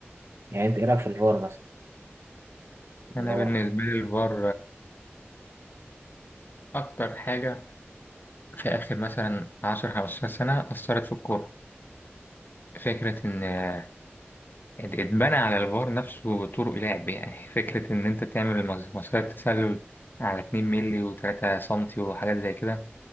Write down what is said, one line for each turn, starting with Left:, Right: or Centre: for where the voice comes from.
Right: يعني أنت إيه رأيك في الفار مثلا اللي
Left: أنا
Right: هو
Left: بالنسبة لي الفار أكتر حاجة في آخر مثلا عشر خمستاشر سنة أثرت في الكورة فكرة إن ات- اتبنى على الفار نفسه طرق لعب يعني فكرة إن أنت تعمل المس- مسيرة تسلل على 2 مللي و3 سنتي وحاجات زي كده